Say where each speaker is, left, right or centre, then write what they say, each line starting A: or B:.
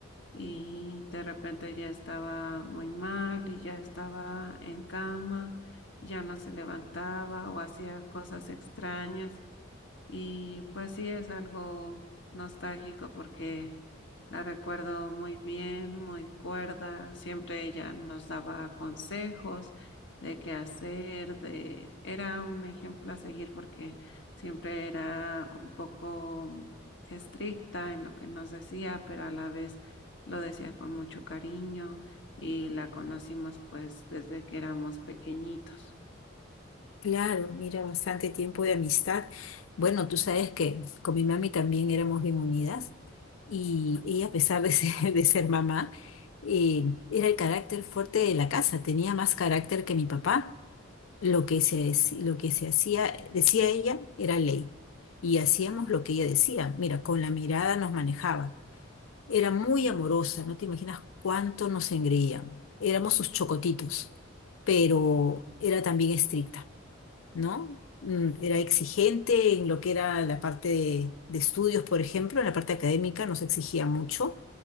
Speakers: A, on the left; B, on the left.
A: Y de repente ya estaba muy mal y ya estaba en cama, ya no se levantaba o hacía cosas extrañas. Y pues sí es algo nostálgico porque la recuerdo muy bien, muy cuerda. Siempre ella nos daba consejos de qué hacer, de... Era un ejemplo a seguir porque siempre era un poco estricta en lo que nos decía, pero a la vez lo decía con mucho cariño y la conocimos pues desde que éramos pequeñitos.
B: Claro, mira, bastante tiempo de amistad. Bueno, tú sabes que con mi mami también éramos bien unidas y ella, a pesar de ser, <laughs> de ser mamá, eh, era el carácter fuerte de la casa, tenía más carácter que mi papá. Lo que se, dec- lo que se hacía, decía ella, era ley y hacíamos lo que ella decía. Mira, con la mirada nos manejaba. Era muy amorosa, no te imaginas cuánto nos engreían. Éramos sus chocotitos, pero era también estricta. ¿no? Mm, Era exigente en lo que era la parte de, de estudios, por ejemplo, en la parte académica nos exigía mucho,